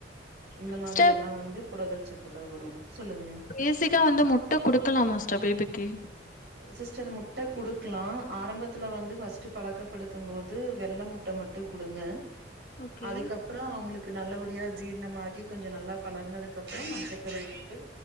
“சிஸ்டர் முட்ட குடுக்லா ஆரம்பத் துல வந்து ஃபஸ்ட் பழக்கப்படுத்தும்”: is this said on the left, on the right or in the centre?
Right